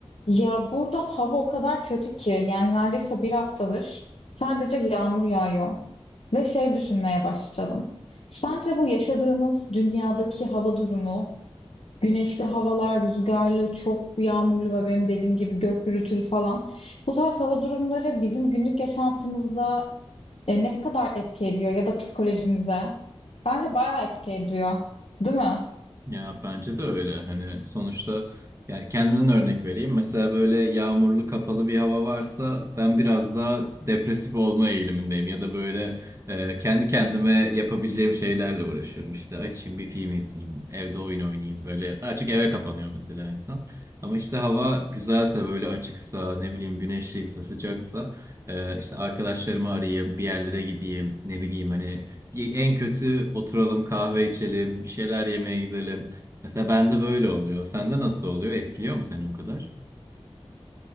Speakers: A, on the left; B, on the right.
A: Ya burada hava o kadar kötü ki yani neredeyse bir haftadır sadece yağmur yağıyor. Ve şey düşünmeye başladım. Sence bu yaşadığımız dünyadaki hava durumu, güneşli havalar, rüzgarlı, çok yağmurlu ve benim dediğim gibi gök gürültülü falan bu tarz hava durumları bizim günlük yaşantımızda e, ne kadar etki ediyor ya da psikolojimize? Bence bayağı etki ediyor, değil mi?
B: Ya bence de öyle. Hani sonuçta yani kendimden örnek vereyim. Mesela böyle yağmurlu kapalı bir hava varsa ben biraz daha depresif olma eğilimindeyim. Ya da böyle e, kendi kendime yapabileceğim şeylerle uğraşıyorum. İşte açayım bir film izleyeyim, evde oyun oynayayım böyle. Daha çok eve kapanıyor mesela insan. Ama işte hava güzelse böyle açıksa ne bileyim güneşliyse sıcaksa e, işte arkadaşlarımı arayayım bir yerlere gideyim ne bileyim hani en kötü oturalım kahve içelim, bir şeyler yemeye gidelim. Mesela bende böyle oluyor. Sende nasıl oluyor? Etkiliyor mu seni o kadar?